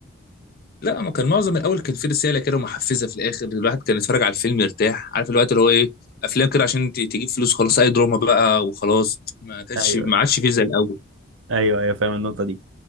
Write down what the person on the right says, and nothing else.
ايوه
ايوه ايوه فاهم النقطه دي